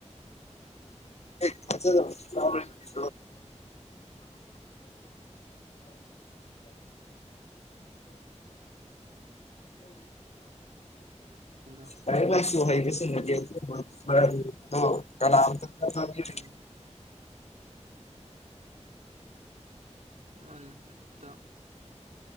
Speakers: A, on the left; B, on the right.
A: <unintelligible> <unintelligible> <unintelligible> ꯃꯤ
B: ꯏꯇꯥꯎ
A: ꯂꯩꯔꯤꯛ ꯂꯩꯁꯨ ꯍꯩꯕꯁꯤꯡꯅꯗꯤ ꯗꯨꯝꯕ ꯃꯔꯟꯗꯣ ꯀꯅꯥꯝꯇꯥ <unintelligible>
B: ꯎꯝ ꯃꯥꯅꯤ ꯏꯇꯥꯎ